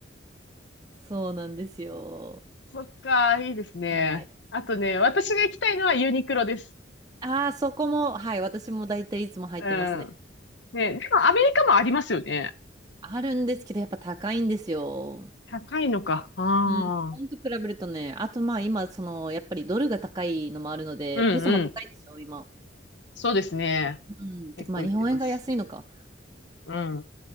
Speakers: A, on the right; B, on the left.
A: そうなんですよ。
B: そっか、いいですね。
A: はい。
B: あとね、私が行きたいのはユニクロです。
A: ああ、そこも、はい、私も大体いつも入ってますね。
B: うん。ね、でもアメリカもありますよね。
A: あるんですけど、やっぱ高いんですよ。
B: 高いのか。ああ。
A: うん、日本と比べるとね、あとまあ今、その、やっぱりドルが高いのもあるので、
B: うんうん。
A: ペソも高いでしょ、今。
B: そうですね。
A: うん、てかまあ日本円が安いのか。
B: 結構行ってます。うん。